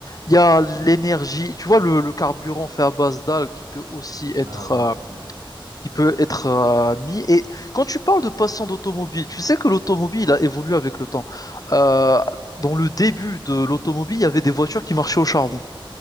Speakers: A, on the left; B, on the right.
A: Il y a l'énergie, tu vois, le, le carburant fait à base d'algues qui peut aussi être,
B: Ah ouais,
A: euh,
B: ouais.
A: qui peut être euh, mis. Et quand tu parles de passant d'automobile, tu sais que l'automobile a évolué avec le temps. Euh, dans le début de l'automobile, il y avait des voitures qui marchaient au charbon.